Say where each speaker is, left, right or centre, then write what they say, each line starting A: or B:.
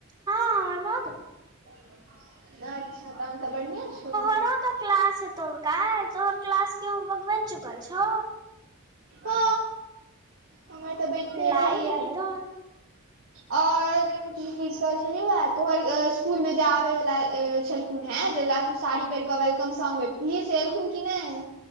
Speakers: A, on the right (about 20°); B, on the right (about 75°).
A: हँ हमर भ गेल।
B: ओ। अच्छा तहन तऽ बढ़िया छौ।
A: तोरो त क्लास हेतउ काइल तोहर क्लास के होमवर्क बनि चुकल छौ।
B: ओ हमर तऽ बनिले
A: लाइग
B: रहैया।
A: नहि रहल
B: और की पुइछ रहल छलीयो या तोहर। इसकुल मे जे आबे वाला छलखुन हैं जय ला तू साड़ी पहिर कऽ वेलकम सॉन्ग गैवतही से एलखुन की नहि।